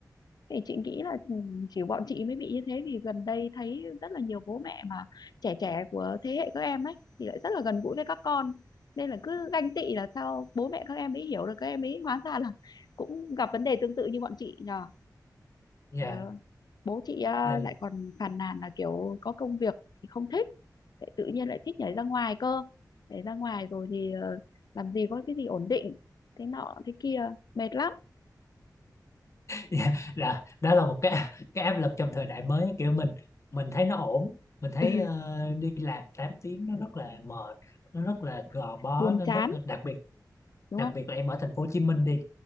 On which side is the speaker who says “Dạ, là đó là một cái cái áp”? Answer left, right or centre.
Left